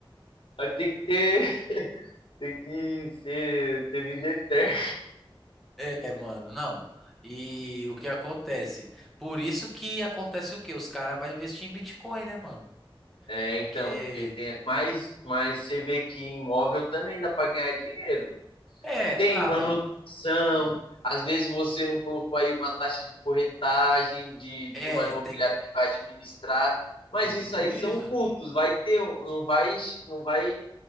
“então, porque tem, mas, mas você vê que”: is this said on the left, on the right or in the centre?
Left